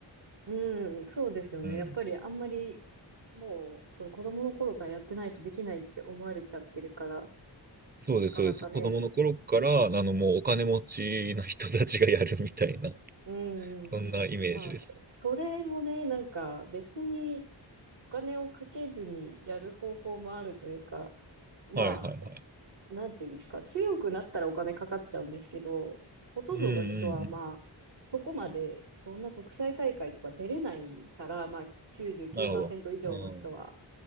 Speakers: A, on the right (about 70°); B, on the right (about 20°).
A: うん、そうですよね。
B: た。うん。
A: やっぱりあんまり、もう、その子供の頃からやってないとできないって思われちゃってるから、
B: そうです、
A: なかなかね。
B: そうです。子供の頃から、あの、もうお金持ちの人たちがやるみたいな、
A: うん。
B: そんなイメージです。
A: まあ、それもね、なんか別にお金をかけずにやる方法もあるというか、ま
B: はいはいはい。
A: なんていうんですか、強くなったらお金かかっちゃうんですけど、ほとんどの人はまあ、
B: うんうん
A: そこまで、そんな国際大会とか出れないから、まあ、99%
B: なるほど。
A: 以上の人は。
B: うん。